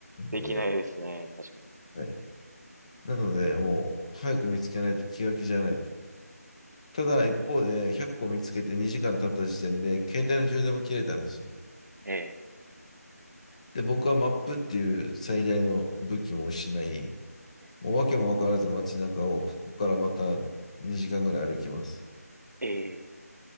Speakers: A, on the right (about 80°); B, on the left (about 25°).
A: ー、
B: ので、
A: できないですね、確かに。
B: はい。なので、もう早く見つけないと気が気じゃないと。ただ一方で100個見つけて2時間経った時点で携帯の充電も切れたんですよ。
A: え
B: で、僕はマップっていう最大の武器も失い、
A: ー、
B: もう訳も分からず街中をここからまた2時間ぐらい歩きます。
A: え